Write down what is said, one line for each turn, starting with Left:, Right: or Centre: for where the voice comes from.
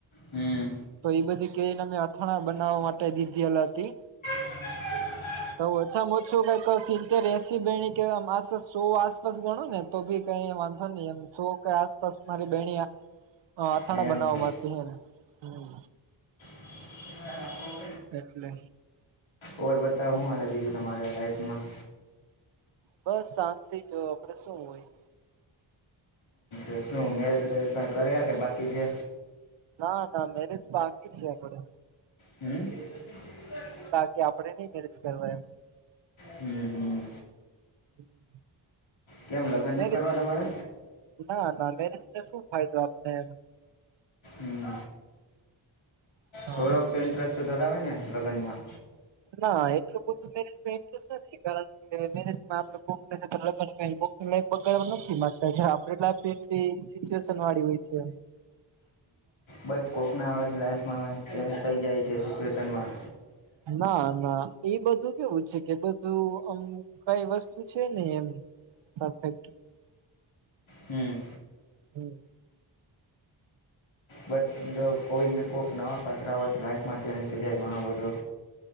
Left: હમ
Right: તો એ બધી કેરીને અમે અથાણા બનાવવા માટે દીધેલ હતી.
Left: <unintelligible>
Right: તો ઓછામાં ઓછું કઈ સીનતેર એસી બેણી કે સો આસપાસ ગણો ને તો ભી કઈ વાંધ અને એમ જો કઈ આસપાસ મારી બેણીયા હ, અથાણા
Left: એમ
Right: બનાવવામાંથી
Left: છે
Right: હમ હમ
Left: હ. <unintelligible>
Right: એટલે
Left: ઓ, બતાઉું હાલે તમારે બીજું લાઈફમાં?
Right: બસ, શાંતિ જો આપડે શું હોય?
Left: એ શું, મેરેજ-બેરજ કઈ કર્યા કે બાકી છે?
Right: હા, ના, મેરેજ બાકી જ છે આપડે.
Left: હમ.
Right: કે આપણે નહીં મેરેજ કરવા એમ.
Left: હમ, હમ.
Right: <unintelligible>
Left: કેમ લગ્ન નથી
Right: મે
Left: કરવા તમારે
Right: ના, ના, મે શું ફાયદો આપને એમ?
Left: હમ,
Right: એમ
Left: થોડોક તો ઇન્ટરેસ્ટ તો ધરાવે ને? લગ્નમાં
Right: ના એટલું બધું મે કારણ કે મેજમાં આપ કોક ને કો ઈ બગાડવા નથી માગતા. આપણી લાઈફ એટલી સીચ્યુએશન વાળી હોય છે.
Left: બટ કોકના લાઈફમાં ચેન્જ થઈ જાય છે સિચ્યુએશનમાં
Right: ના ના એ બધું કેવું કે બધું આમ કઈ વસ્તુ છે ને એમ પરફેક્ટ
Left: હમ
Right: હમ
Left: બટ જો કોઈને કોઈક નવા પાત્ર હોય તો લાઈફમાં ચેન્જ થઈ જાય ઘણો બધો.